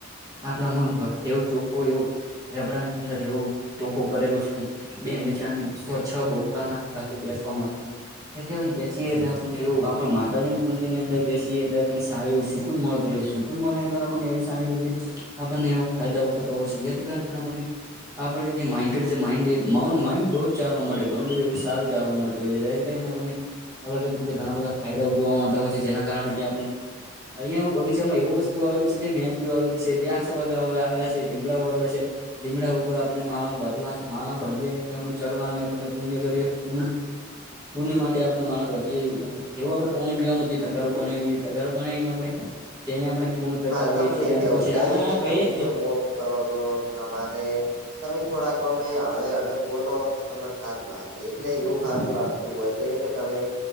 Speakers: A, on the right; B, on the right.
A: આટલામાં એવું ચોખ્ખું એવું રબડા ની અંદર એવું ચોખ્ખું કરેલું છે ને. બે બે ચાર ને છ બોકડા નાખેલા છે બેસવા માટે તેથી અમે બેસીએ. આપને એવું આપણા માતાજી ના મંદિર ની અંદર બેસીએ એટલે આપણને સારું એવું સુકુન મળતું હોય છે. મળે એટલે એમને સારી આપણને એવો ફાયદાઓ થતા હોય છે જેથી કરીને આપને. આપણને જે માઇન્ડેડ છે માન્ડ માઇન્ડ બઉુ જ ચાલવા મળે ગડુ બધું એવું સારું ચાલવા મળે. થી કરીને આપણને અલગ જ રીતે ઘણા બધા ફાયદાઓ જોવા મળતા હોય છે જેના કારણે જે આપણે. અહિયાં હું બગીચામાં એવું વસ્તુ વાવેલી છે જે મેંદદીઓ વાવેલી છે જે આસોપાલવ વાવેલા છે લીમડાઓ વાવેલા છે. લીમડા ઉપર આપણે માળા બાંધલા છે માળા બાંધીએ એટલે આપણે ચકલાને આપને પુણ્ય કરીએ પુણ્ય. પુણ્ય માટે આપણે માળા બધ. જે એવું આપડે પાણી પીવાનું છે તગારુ બનાવીએ તગારુ બનાવીને આપડણે. તેની આપણે પુણ્ય કરતા
B: મારે
A: હોઈએ
B: તમને
A: છીએ અને
B: કેવું
A: પછી
B: છે
A: હા
B: કે
A: ભ‌ઈ.
B: તમે ચમ ઓમ કરો છો તમારે. તમે થોડાકમે હળવે હળવે બોલો તો તમને સારું લાગે એટલે એવું સારું લાગે. તું હોય છે કે તમે.